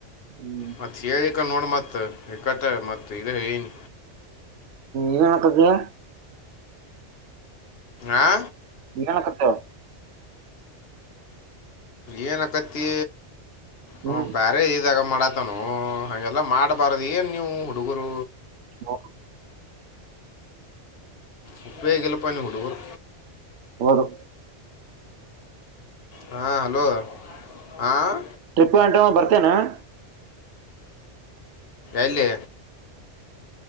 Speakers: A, on the right; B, on the left.
A: ಹ್ಮ್
B: ಮ ಥಿಯರಿಕ ನೋಡಿ ಮತ್ತ ಇಕ್ಕಟ್ಟ ಮತ್ತ ಇದು ಏನು
A: ನೀ ಕನಕ್ಕಕ್ಕೆ
B: ಆಾ
A: ನಿನ ಕತ್ತೋಳ
B: ಏನ ಕಥೆ
A: ಹ್ಮ್
B: ಅವನು ಬೇರೆ ಇದ್ರೆ ಮಾಡುತ್ತಾನೆ ತಾನ ಹಗೆಲ್ಲ ಮಾಡ್ಬಾರದು ಏನ್ ನೀವು ಹುಡುಗರು
A: ಹ
B: ಮುಪ್ಪೇ ಗಗೆಲಪಾಯನ್ನು ಕೊಡುಬರು
A: ಬರು
B: ಹಾಂ ಹಲೋ ಹಾಂ
A: ಟ್ರಿಪ್ ಗಂಟ ಬರ್ತೇನಾ ಕೆಂಪೇಗೌಡ
B: ಎಲ್ಲಿ